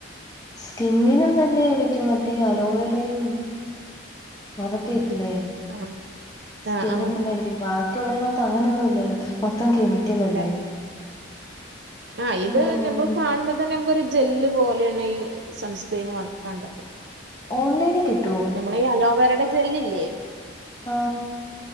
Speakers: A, on the left; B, on the right.
A: സ്കിന്നിനും, നല്ലായിരിക്കും മറ്റേ, അലോവേരയും. അതൊക്കെല്ലേ
B: ആ
A: സ്കിന്നിന്,
B: ആ ആ
A: നല്ലായിരിക്കും, ബാക്കിയുള്ളതിനകത്ത് അങ്ങനെയൊന്നും, ഇല്ലല്ലോ, മൊത്തം, കേമിക്കല്. റ്റിലിലല്ലെ
B: ഇല്ല ആഹ് ഇത്
A: ഉം
B: നമ്മള് കാണുമ്പോ തന്നെ നമുക്കൊരു ജെല്ല് പോലെയാണ് ഈ സൺസ്ക്രീമ് വൺകണ്ടത്
A: ഓൺലൈനി കിട്ടും.
B: നമ്മടെ ഈ അലോവേരയുടെ ജെല്ലില്ലേ
A: ആ